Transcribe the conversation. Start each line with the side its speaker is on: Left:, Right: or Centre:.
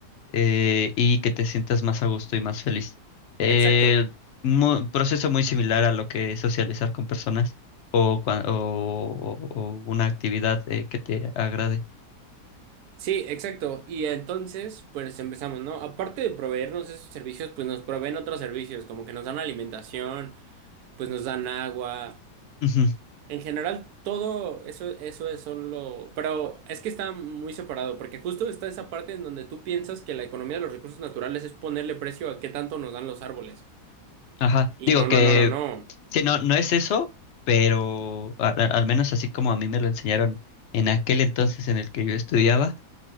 Left: eh, y que te sientas más a gusto y más feliz. Eh,
Right: Exacto,
Left: mu- proceso muy similar a lo que es socializar con personas o, cua- o- o- o una actividad eh, que te agrade.
Right: sí, exacto. Y entonces, pues empezamos, ¿no? Aparte de proveernos esos servicios, pues nos proveen otros servicios, como que nos dan alimentación, pues nos dan agua.
Left: Ujú,
Right: En general, todo eso, eso es solo. Pero es que está muy separado, porque justo está esa parte en donde tú piensas que la economía de los recursos naturales es ponerle precio a qué tanto nos dan los árboles.
Left: Ajá,
Right: Y
Left: digo
Right: no, no,
Left: que
Right: no, no, no.
Left: sí, no, no es eso, pero a- a- al menos así como a mí me lo enseñaron en aquel entonces en el que yo estudiaba,